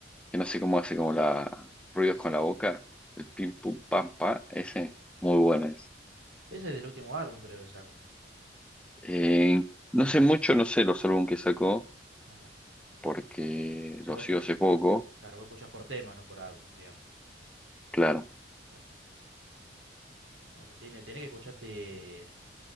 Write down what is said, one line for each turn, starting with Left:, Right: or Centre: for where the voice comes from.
Centre: que no sé cómo hace como la ruidos con la boca. El pim pum pam pa. Ese,
Right: sí.
Centre: muy bueno.
Right: Ese es del último álbum, creo que sacó.
Centre: Eh, no
Right: De,
Centre: sé mucho, no sé los álbumes que sacó,
Right: ah,
Centre: porque
Right: ya
Centre: los
Right: vos escuchás,
Centre: sigo hace poco,
Right: claro, vos escuchás por tema, no por álbum, digamos.
Centre: claro,
Right: Claro. Bueno, tiene, tiene que escucharte